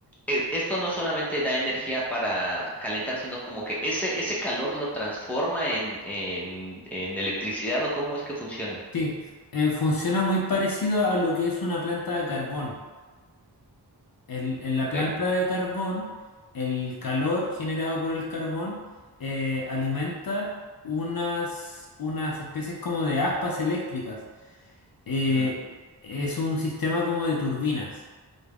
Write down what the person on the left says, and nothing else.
Sí, eh, funciona muy parecido a lo que es una planta de carbón. El- en la
planta de carbón, el calor generado por el carbón eh, alimenta unas, unas especies como de aspas eléctricas. Eh,
es un sistema como de turbinas,